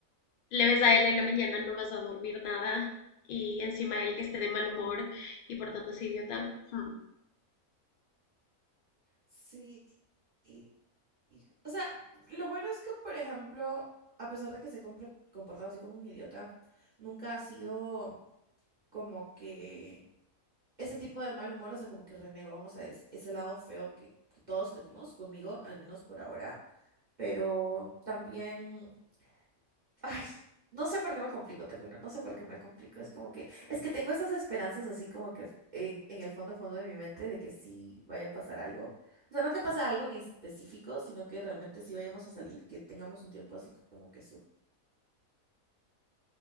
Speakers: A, on the left; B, on the right.
A: le ves a él en la mañana, no vas a dormir nada y encima
B: Ujú.
A: él que esté de mal humor y portándose idiota. hmm.
B: Sí. y- y- O sea, lo bueno es que, por ejemplo, a pesar de que se ha compre- comportado así como un idiota, nunca ha sido como que ese tipo de mal humor, o sea, como que renegón, o sea, es ese lado feo que, que todos tenemos conmigo, al menos por ahora, pero también, ay, no sé por qué me complico, te juro, no sé por qué me complico, es como que, es que tengo esas esperanzas así como que en, en el fondo, fondo de mi mente de que sí vaya a pasar algo, o sea, no que pase algo en específico, sino que realmente sí vayamos a salir, que tengamos un tiempo así como que su...